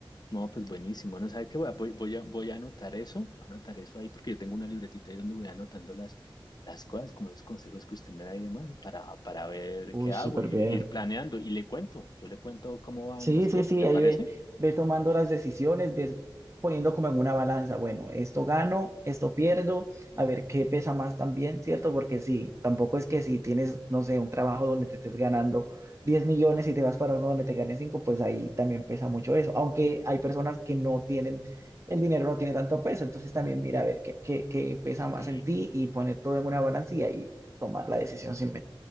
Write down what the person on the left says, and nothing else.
No, pues buenísimo. No sabe qué voy a, voy, voy a, voy a anotar eso, voy a anotar eso ahí porque yo tengo una libretita ahí donde voy anotando las, las cosas, como los consejos que usted me da y demás, para, para ver
qué hago,
ir,
ir planeando y le cuento. Yo le cuento cómo van
las cosas,
¿le
parece?
Sí.